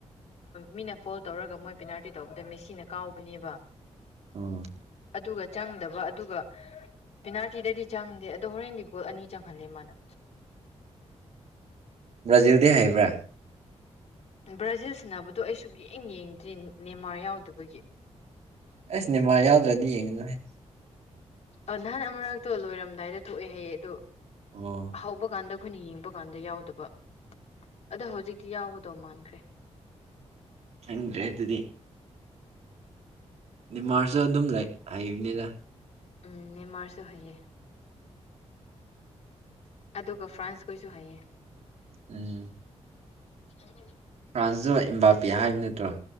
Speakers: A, on the left; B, on the right.
A: ꯃꯤꯅ ꯐꯣꯜ ꯇꯧꯔꯒ ꯃꯣꯏ ꯄꯦꯅꯥꯜꯇꯤ ꯇꯧꯕꯗ ꯃꯦꯁꯤꯅ ꯀꯥꯎꯕꯅꯦꯕ
B: ꯎ
A: ꯑꯗꯨꯒ ꯆꯪꯗꯕ ꯑꯗꯨꯒ ꯄꯦꯅꯥꯜꯇꯤꯗꯗꯤ ꯆꯪꯗꯦ ꯑꯗꯣ ꯍꯣꯔꯦꯟꯗꯤ ꯒꯣꯜ ꯑꯅꯤ ꯆꯪꯍꯜꯂꯦ ꯃꯥꯅ
B: ꯐꯖꯤꯨꯗꯤ ꯍꯥꯏꯕ꯭ꯔꯥ
A: ꯕ꯭ꯔꯥꯖꯤꯜ ꯁꯤꯟꯅꯕꯗꯣ ꯑꯩ ꯁꯨꯛ ꯌꯦꯡ ꯌꯦꯡꯗ꯭ꯔꯤ ꯅꯦꯃꯥꯔ ꯌꯥꯎꯗꯕꯒꯤ
B: ꯑꯩꯁꯅꯦꯃꯥ ꯌꯥꯎꯗ꯭ꯔꯗꯤ ꯌꯦꯡꯉ ꯅꯅꯦ
A: ꯑ ꯅꯍꯥꯟ ꯑꯃꯥꯛꯛꯇꯣ ꯂꯣꯏꯔꯝꯗꯥꯏꯗ ꯊꯣꯛꯑꯦ ꯍꯥꯏꯌꯦꯦ ꯑꯗ
B: ꯑꯣ
A: ꯍꯧꯕ ꯀꯥꯟꯗ ꯑꯩꯈꯣꯏꯅ ꯌꯦꯡꯕ ꯀꯥꯟꯗ ꯌꯥꯎꯗꯕ ꯑꯗꯣ ꯍꯧꯖꯤꯛꯇꯤ ꯌꯥꯎꯒꯗꯧ ꯃꯥꯟꯈ꯭ꯔꯦ
B: ꯈꯪꯗ꯭ꯔꯦ ꯑꯗꯨꯗꯤ ꯅꯤꯃꯥꯔꯁꯨ ꯑꯗꯨꯝ ꯂꯩ ꯍꯩꯕꯅꯤꯅ
A: ꯎꯝ ꯃꯔꯁꯨ ꯍꯥꯏꯌꯦ ꯑꯗꯨꯒ ꯐ꯭ꯔꯥꯟꯁꯈꯩꯁꯨ ꯍꯥꯏꯌꯦ
B: ꯎꯝ
A: ꯀ ꯀꯗ
B: ꯐ꯭ꯔꯥꯟꯁꯇꯣ ꯏꯝꯕꯥꯄꯤꯦ ꯍꯥꯏꯕ ꯅꯠꯇ꯭ꯔꯣ